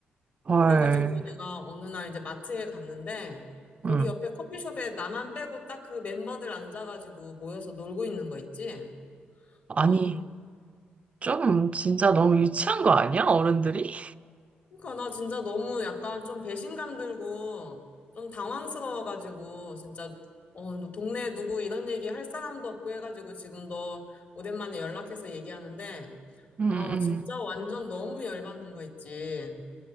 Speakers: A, on the right; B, on the left.
A: 헐,
B: 그래가지고 내가 어느 날 이제 마트에 갔는데 거기
A: 응.
B: 옆에 커피숍에 나만 빼고 딱 그 멤버들 앉아가지고 모여서 놀고 있는 거 있지?
A: 아니,
B: 와,
A: 좀 진짜 너무 유치한 거 아니야, 어른들이?
B: 그러니까 나 진짜 너무 약간 좀 배신감 들고 좀 당황스러워가지고 진짜 어, 너 동네에 누구 이런 얘기 할 사람도 없고 해가지고 지금 너 오랜만에 연락해서 얘기하는데
A: 응,
B: 어,
A: 응.
B: 진짜 완전 너무 열받는 거 있지.